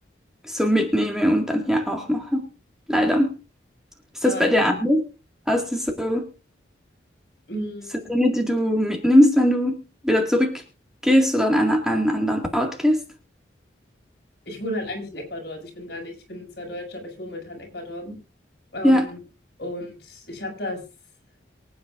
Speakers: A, in the centre; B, on the left.
A: so mitnehme und dann hier auch mache. Leider. Ist
B: Aber
A: das bei
B: trotz-
A: dir anders? Hast du so
B: mh,
A: Das sind Dinge, die du mitnimmst, wenn du wieder zurückgehst oder an, einer, an einen anderen Ort gehst.
B: ich wohne halt eigentlich in Ecuador. Also ich bin gar nicht, ich bin zwar Deutsche, aber ich wohne momentan in Ecuador. Ähm,
A: Ja.
B: und ich habe das.